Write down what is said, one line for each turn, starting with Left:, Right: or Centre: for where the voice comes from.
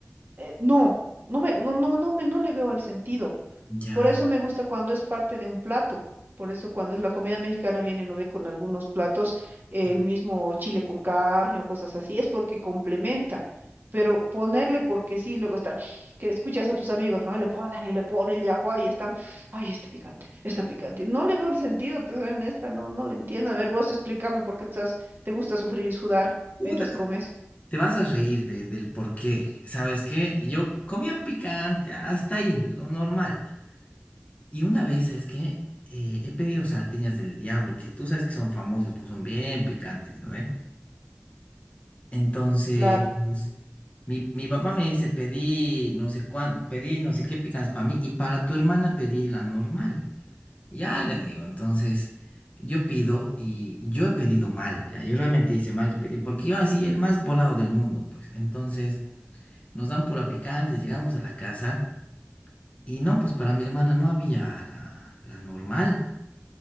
Right: eh, no, no me, no, no, no me, no le veo el sentido.
Left: ya.
Right: Por eso me gusta cuando es parte de un plato. Por eso cuando es la comida mexicana viene, no ve, con algunos platos eh,
Left: sí.
Right: el mismo chile con carne o cosas así, es porque complementa. Pero ponerle porque sí, luego estar, que escuchas a tus amigos, ¿no? Le ponen y le ponen y ajua, y están, ay, está picante, está picante. No le veo el sentido, te soy honesta, no, no le entiendo. A ver, vos explícame por qué estás, te gusta sufrir y sudar
Left: Puta,
Right: mientras
Left: te
Right: comes.
Left: te vas a reír de- del por qué. ¿Sabes qué? Yo comía picante, hasta ahí, lo normal. Y una vez, es que he pedido salteñas del diablo, que tú sabes que son famosas porque son bien picantes, ¿no ve? Entonces,
Right: Claro,
Left: mi, mi papá me dice, pedí no sé cuán, pedí no sé qué picantes para mí y para tu hermana pedí la normal. Ya le digo, entonces yo pido y yo he pedido mal, ya, yo realmente hice mal, el pedí, porque yo así, el más volado del mundo, pues. Entonces nos dan pura picante, llegamos a la casa y no, pues para mi hermana no había la, la normal.